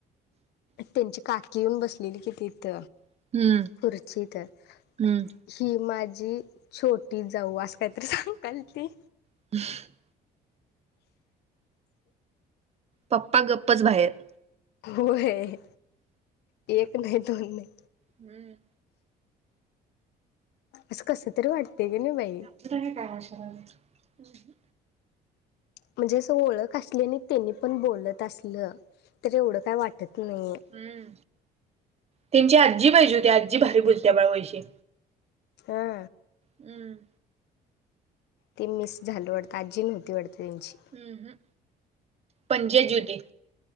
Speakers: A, on the left; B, on the right.
A: त्यांची काकी येऊन बसलेली कि तिथ
B: हम्म
A: खुर्चीत. ही
B: हम्म
A: माझी छोटी जाऊ आस काहीतरी सांगयाल ती.
B: <unintelligible> पप्पा गप्पच बाहेर.
A: होय. एक नाही दोन नाही.
B: हम्म.
A: असं कसं तरी वाटतेय की नाही बाई.
B: हे काय तमाशा लावलय.
A: म्हणजे असं ओळख असली आणि त्यांनी पण बोलत असलं तर एवढं काय वाटत नाही.
B: हम्म त्यांची आजी पाहिजे होती आजी भारी बोलत्या बा वैशी.
A: हा.
B: हम्म.
A: ते मिस झाल वाटतं आजी नव्हती वाटते त्यांची.
B: हम पणजी आज्जी होती.